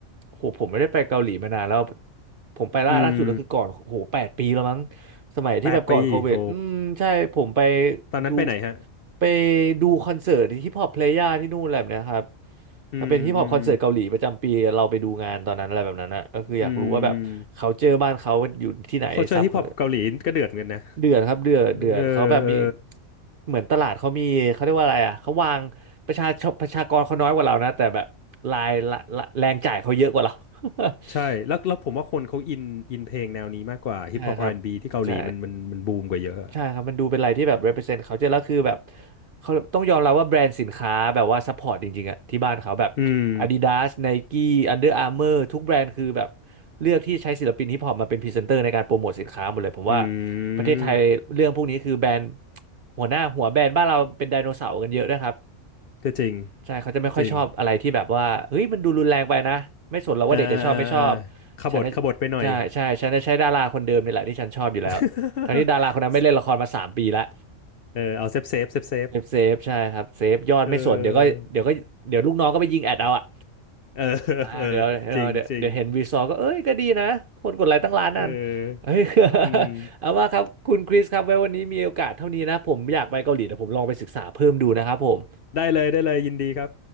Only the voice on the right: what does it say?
โหผมไม่ได้ไปเกาหลีมานานแล้วผมไปล่าล่าสุดก็คือก่อนโหแปดปีแล้วมั้ง
สมัยที่แบบก่อนโควิดอืมใช่ผมไป
ดูไปดูคอนเสิร์ตฮิปฮอปเพลย่าที่นู่นแหละเนี่ยครับ
มันเป็นฮิปฮอปคอนเสิร์ตเกาหลีประจำปีเราไปดูงานตอนนั้นอะไรแบบนั้นนะก็คืออยากรู้ว่าแบบเขาเจอบ้านเขาอยู่ที่ไหนซับเขา
เดือดครับเดือดเดือดเขาแบบมี
เหมือนตลาดเขามีเขาเรียกว่าอะไรอ่ะเขาวางประชาชนประชากรเขาน้อยกว่าเรานะแต่แบบรายละละแรงจ่ายเขาเยอะกว่าเรา <laughs>
ใช่ครับใช่ ใช่ครับมันดูเป็นอะไรที่แบบ represent เขาเจอแล้วคือแบบเขาต้องยอมรับว่าแบรนด์สินค้าแบบว่า support จริงๆอะที่บ้านเขาแบบ
Adidas Nike Under Armour ทุกแบรนด์คือแบบเลือกที่ใช้ศิลปินฮิปฮอปมาเป็นพรีเซนเตอร์ในการโปรโมทสินค้าหมดเลยผมว่า
ประเทศไทยเรื่องพวกนี้คือแบรนด์
หัวหน้าหัวแบรนด์บ้านเราเป็นไดโนเสาร์กันเยอะนะครับ
ใช่เขาจะไม่ค่อยชอบอะไรที่แบบว่าเฮ้ยมันดูรุนแรงไปนะไม่สนหรอกว่าเด็กจะชอบไม่ชอบ
ฉันน่ะใช่ใช่ฉันจะใช้ดาราคนเดิมนี่แหละที่ฉันชอบอยู่แล้วทั้งที่ดาราคนนั้นไม่เล่นละครมาสามปีแล้ว
เซฟเซฟใช่ครับเซฟยอดไม่สนเดี๋ยวก็เดี๋ยวก็เดี๋ยวลูกน้องก็ไปยิงแอดเอาอ่ะ
อ่าเดี๋ยวเออเดี๋ยวเดี๋ยวเห็นวีซอก็เอ้ยก็ดีนะคนกดไลค์ตั้งล้านนั่น
เฮ้ย <laughs> เอาว่าครับคุณคริสครับไว้วันนี้มีโอกาสเท่านี้นะผมอยากไปเกาหลีแต่ผมลองไปศึกษาเพิ่มดูนะครับผม